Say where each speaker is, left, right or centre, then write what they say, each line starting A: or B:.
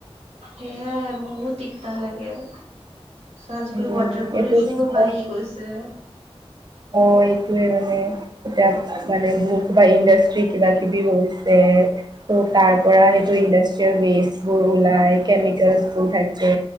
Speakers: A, on the right (about 75°); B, on the right (about 40°).
A: সেয়ে বহুত দিগদাৰ লাগে। আজিকালি
B: উম
A: ওৱাটাৰ পলিউচনো
B: এইটো স্মগ
A: বাঢ়ি গৈছে।
B: অ এইটোৱে মানে এতিয়া মানে মোৰ কিবা ইণ্ডাষ্ট্ৰি কিবা কিবি হৈছে ত' তাৰ পৰা সেইটো ইণ্ডাষ্ট্ৰিয়েল ৱেষ্টবোৰ উলাই কেমিকেলচবোৰ থাকে।